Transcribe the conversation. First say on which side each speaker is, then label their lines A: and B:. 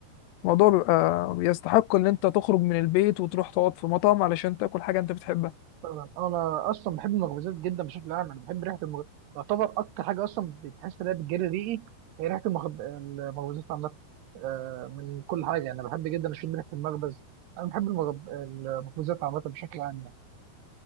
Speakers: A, on the left; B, on the right.
A: الموضوع بيبقى بيستحق ان انت تخرج من البيت وتروح تقعد في مطعم علشان تاكل حاجه انت بتحبها
B: طبعا انا اصلا بحب المخبوزات جدا بشكل عام انا بحب ريحه المخ... تعتبر اكتر حاجه اصلا بتحس ان هي بتجري ريقي هي ريحه المخب... المخبوزات عامه آه، من كل حاجه يعني. انا بحب جدا اشم ريحه المخبز انا بحب المغب... المخبوزات عامه بشكل عام يعني